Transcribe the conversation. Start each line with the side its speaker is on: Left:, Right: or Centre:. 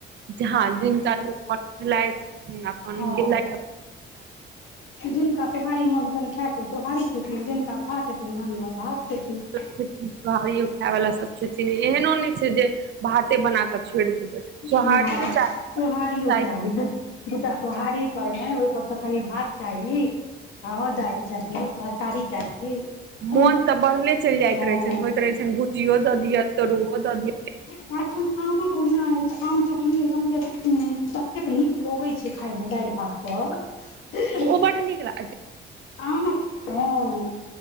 Right: हँ जिनकन काथि अपन
Left: हँ
Right: गेल
Left: जिनका सोहारी मोन होत खायके तोहारी खेन जिनका भात हेथिन भात खेथिन
Right: बोड़ियो खाय वला सभ छथिन एहनो नहि छै जे भाते बना के छोड़ि देबै,
Left: हँ
Right: सोहारियो चाह
Left: सोहारियो चाही दू दूटा सोहारी परमे ओहि पर कनि भात चाही ह दालि चाही तरकारी चाही
Right: मोन
Left: ओना
Right: तऽ बढ़ले चलि जाइत
Left: हँ
Right: रहे छनि, होइत रहे छनि भुजियो दऽ दिय तोरुओ दिय
Left: आखन आमक ओहिना ये तऽ आम चटनी एदम तते नीक लगे छै खाय मे डाल मे पापड़ <inaudible>
Right: बड्ड नीक ला
Left: आम हँ